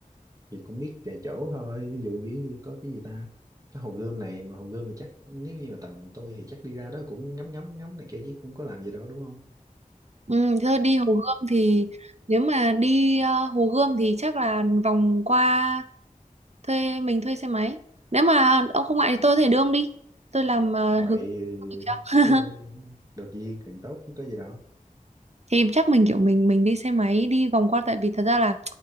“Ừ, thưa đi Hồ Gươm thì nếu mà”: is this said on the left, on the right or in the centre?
Right